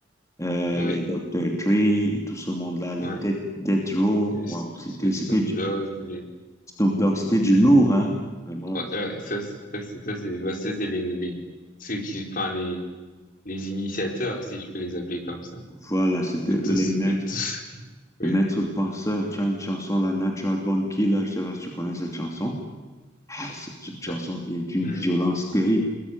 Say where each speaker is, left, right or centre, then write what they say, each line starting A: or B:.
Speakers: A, on the left; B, on the left.
A: euh,
B: oui.
A: les Dr. Dre, et tout ce monde-là, les
B: Ouais.
A: Death, Death Row.
B: Les,
A: Waouh,
B: S-
A: c'était,
B: les Snoop
A: c'était du
B: Dogg, les...
A: Snoop Dogg, c'était du lourd, hein? Vraiment.
B: Ouais, ouais, ça, c'est, ça, c'est, ça, c'est, bah, ça, c'est les, les, ceux qui, enfin, les, les initiateurs, si je peux les appeler comme ça.
A: Voilà, c'était
B: De
A: eux
B: tous,
A: les maîtres,
B: de tous. <laughs> Oui.
A: les maîtres penseurs. Tu as une chanson, la Natural Born Killer, je sais pas si tu connais cette chanson. Ah, C'est une chanson
B: Bah,
A: qui est d'une
B: hmm.
A: violence terrible.